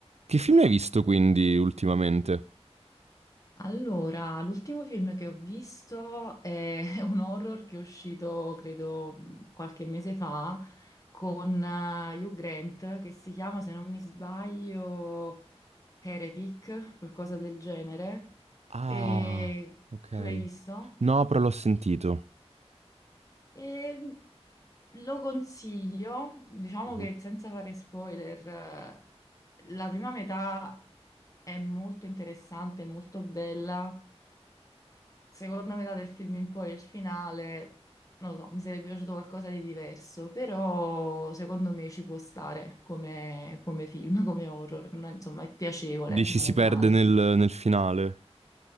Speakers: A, on the right (about 75°); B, on the left (about 30°).
A: Che film hai visto quindi ultimamente?
B: Allora, l'ultimo film che ho visto è <laughs> un horror che è uscito, credo, mm, qualche mese fa con eh, Hugh Grant, che si chiama, se non mi sbaglio, Heretic, qualcosa del genere.
A: Ah,
B: E
A: ok.
B: tu l'hai visto?
A: No, però l'ho sentito.
B: E mm, lo consiglio, diciamo
A: Mhm.
B: che senza fare spoiler, eh, la prima metà è molto interessante, è molto bella. seconda metà del film in poi, il finale, non lo so, mi sarebbe piaciuto qualcosa di diverso, però secondo me ci può stare come, come film, come horror, Non è- insomma è piacevole,
A: Dici
B: non
A: si
B: è male.
A: perde nel, nel finale.